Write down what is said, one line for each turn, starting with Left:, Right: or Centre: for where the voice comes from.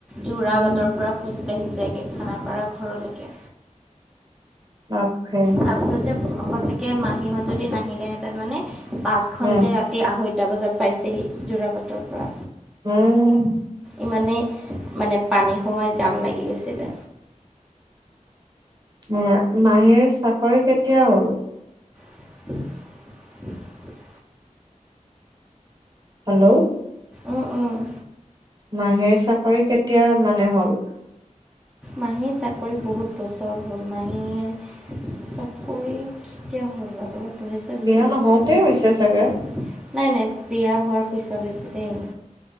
Centre: যোৰাবাটৰ
Right: উম
Centre: পৰা খোজকাঢ়ি ছেগে খানাপাৰা ঘৰলৈকে
Right: বাপৰে
Centre: তাৰপিছত যে সঁচাকৈ মাহীহঁত যদি নাহিলেহেঁতেন মানে বাছখন
Right: উম
Centre: যে ৰা ৰাতি আঢ়ৈটা বজাত পাইছেহি যোৰাবাটৰ পৰা
Right: উম,
Centre: ইমানেই মানে পানী সোমাই জাম লাগি গৈছিলে।
Right: এ মাহীৰ চাকৰি কেতিয়া হ'ল?
Centre: <inaudible>
Right: হেল্ল'
Centre: অ', অ',
Right: মাহীৰ চাকৰি কেতিয়া মানে হ'ল?
Centre: মাহীৰ চাকৰি বহুত বছৰ হ'ল মাহীৰ চাকৰি কেতিয়া হ'ল বাৰু? দুহেজাৰ
Right: বিয়া
Centre: বিছ
Right: নহওঁতে
Centre: চনৰ
Right: হৈছে চাগে।
Centre: নাই নাই, বিয়া হোৱাৰ পিছত হৈছে দেই